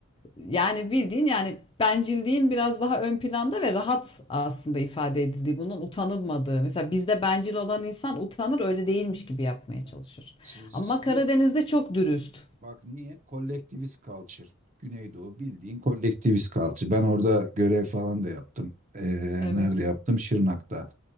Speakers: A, on the left; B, on the right.
A: yani bildiğin yani bencilliğin biraz daha ön planda ve rahat aslında ifade edildiği, bunun utanılmadığı. Mesela bizde bencil olan insan utanır, öyle değilmiş gibi yapmaya
B: Ha.
A: çalışır.
B: Siz,
A: Ama Karadeniz'de
B: siz-
A: çok dürüst.
B: bak niye? Kolektivist culture. Güneydoğu bildiğin kolektivist culture. Ben orada görev falan da yaptım. Ee,
A: Evet,
B: nerede yaptım? Şırnak'ta